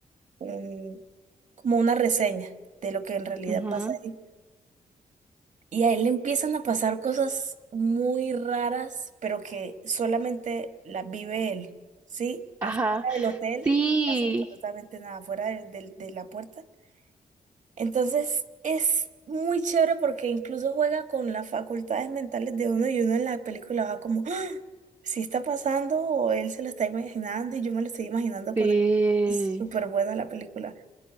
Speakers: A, on the right; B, on the right.
A: un, como una reseña de lo que en realidad
B: ujú.
A: pasa ahí. Y a él le empiezan a pasar cosas muy raras, pero que solamente las vive él, ¿sí? Afuera
B: Ajá.
A: del hotel
B: Sí.
A: no pasa absolutamente nada, afuera de, de- de la puerta. Entonces es muy chévere porque incluso juega con las facultades mentales de uno y uno en la película va como, ¡Ah! ¿sí está pasando o él se lo está imaginando y yo me lo estoy imaginando con
B: Sí,
A: él? Es súper buena la película.